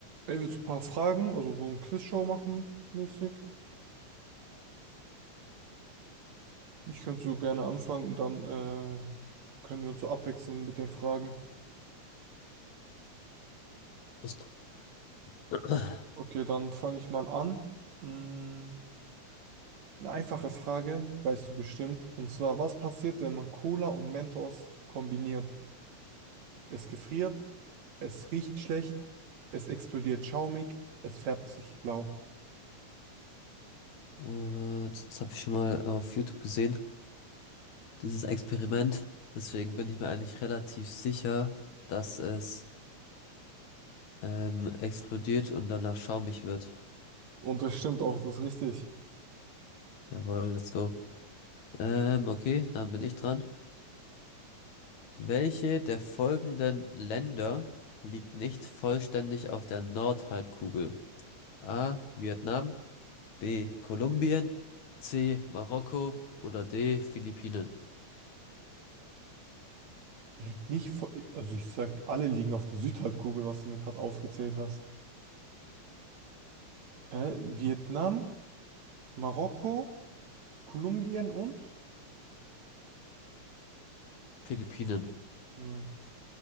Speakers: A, on the right; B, on the left.
A: Ey, willst du ein paar Fragen, also so ein Quizshow machen, mäßig? Ich könnte so gerne anfangen und dann äh, können wir uns so abwechseln mit den Fragen.
B: ist. Äh,
A: Okay, dann fange ich mal an. Mm, eine einfache Frage, weißt du bestimmt. Und zwar, was passiert, wenn man Cola und Mentos kombiniert? Es gefriert, es riecht schlecht, es explodiert schaumig, es färbt sich blau.
B: Das habe ich schon mal auf YouTube gesehen, dieses Experiment. Deswegen bin ich mir eigentlich relativ sicher, dass es ähm, explodiert und danach schaumig wird.
A: Und das stimmt auch, das ist richtig.
B: Jawohl, let's go. Ähm, okay, dann bin ich dran. Welche der folgenden Länder liegt nicht vollständig auf der Nordhalbkugel? A. Vietnam, B. Kolumbien, C. Marokko oder D. Philippinen.
A: Liegt nicht vor, also ich sag, alle liegen auf der Südhalbkugel, was du mir gerade aufgezählt hast. Hä? Vietnam, Marokko, Kolumbien und?
B: Philippinen.
A: Hm.